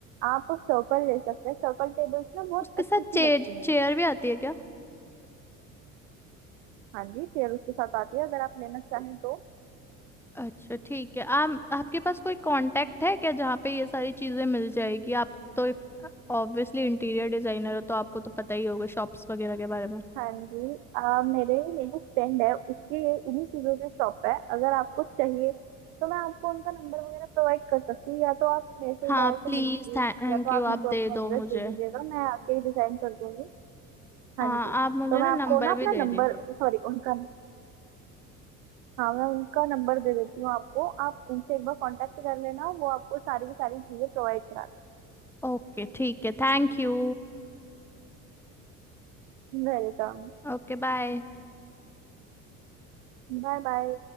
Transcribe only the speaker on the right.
आप सर्कल ले सकते हैं सर्कल टेबल्स ना बहुत
अच्छी
सी
लगती हैं
हाँ जी चेयर उसके साथ आती है अगर आप लेना चाहें तो
हाँ जी आ, मेरे मेरी फ्रेंड है उसके ये इन्हीं चीज़ों की शॉप है अगर आपको चाहिए तो मैं आपको उनका नंबर वगैरह प्रोवाइड कर सकती हूँ या तो आप मेरे से
ही डायरेक्ट
मिल लीजिए
या तो आप
मेरे
को
अपना एड्रेस
दे दीजिएगा मैं आके ही डिजाइन कर दूंगी हाँ
जी
तो मैं
आपको
ना अपना
नंबर
सॉरी उनका हाँ मैं उनका नंबर दे देती हूँ आपको आप उनसे एक बार कांटेक्ट कर लेना वो आपको सारी की सारी चीज़ें प्रोवाइड करा
वेलकम
Bye bye